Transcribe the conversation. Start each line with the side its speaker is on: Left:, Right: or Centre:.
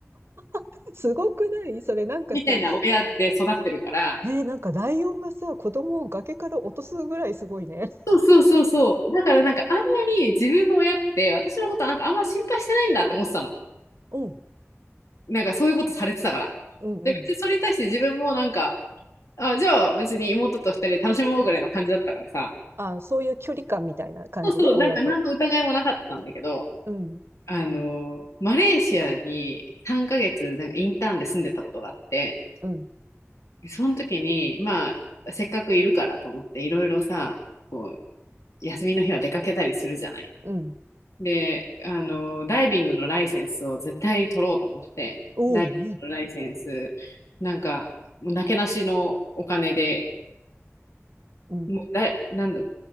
Right: <laughs> すごくないそれなんかさ、
Left: みたいな親で育ってるから、
Right: えー、なんかライオンがさ、子供を崖から落とすぐらいすごいね。
Left: そうそうそうそう。だからなんかあんまり自分の親って私のことはなんかあんま心配してないんだと思ってたの。
Right: うん、
Left: なんかそういうことされてたから。
Right: うん、
Left: で、別にそれに対して自分もなんか、
Right: うん。
Left: あ、じゃあ別に妹と二人で楽しもうぐらいの感じだったからさ。
Right: あ、そういう距離感みたいな感じね、
Left: そうそう、
Right: 親と。
Left: なんか何の疑いもなかったんだけど、
Right: うん、
Left: あの、マレーシアに3ヶ月なんかインターンで住んでたことがあって、
Right: うん、
Left: その時に、まあ、せっかくいるからと思っていろいろさ、こう、休みの日は出かけたりするじゃない。
Right: うん。
Left: で、あの、ダイビングのライセンスを絶対取ろうと思って、
Right: おお、
Left: ダイビングのライセンス、
Right: いい。
Left: なんか、もうなけなしのお金で、
Right: うん。
Left: もうだ、なんだ、